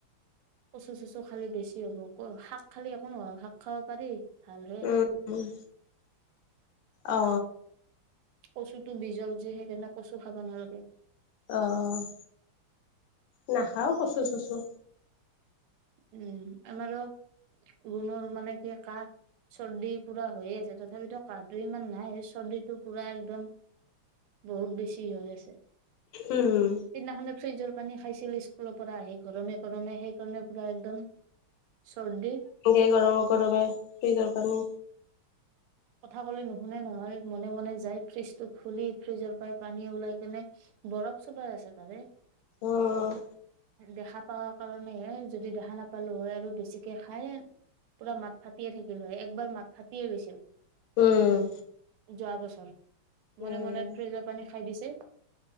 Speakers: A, on the right (about 80°); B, on the left (about 85°).
A: কচু চচু খালে বেছি হ'ব ক, শাক খালে একো নহয় শাক খাব পাৰি। ভাল হয়
B: উম-
A: শাক
B: উম, অ'।
A: কচুটো বিজল যে সেইকাৰণে কচু খাব নালাগে।
B: অ' নাখাওঁ কচু চচু।
A: উম, আমাৰ গুণৰ মানে কি কাহ। চৰ্দি পুৰা হৈয়ে আছে, তথাপিতো কাহটো ইমান নাই চৰ্দিটো পুৰা একদম। বহুত বেছি হৈ আছে, সেইদিনাখনে
B: উম
A: ফ্ৰিজৰ পানী খাইছিল স্কুলৰ পৰা আহি গৰমে গৰমে, সেইকাৰণে পুৰা একদম চৰ্দি।
B: এই গৰম গৰমে ফ্ৰিজৰ পানী
A: কথা কলে নুশুনে নহয়, মনে মনে যায় ফ্ৰিজটো খুলি ফ্ৰিজৰ পৰাই পানী ওলাই কেনে বৰফ চোবাই আছে তাৰে।
B: অঁ'।
A: দেখা পাওা কাৰণেহে, যদি দেখা নাপালো হয়, আৰু বেছিকে খাই পুৰা মাত ফাটিয়ে থাকিল হয়, একবাৰ মাত ফাটিয়ে গৈছে।
B: উম'।
A: যোৱা বছৰ মনে
B: উম
A: মনে ফ্ৰিজৰ পানী খাই দিছে।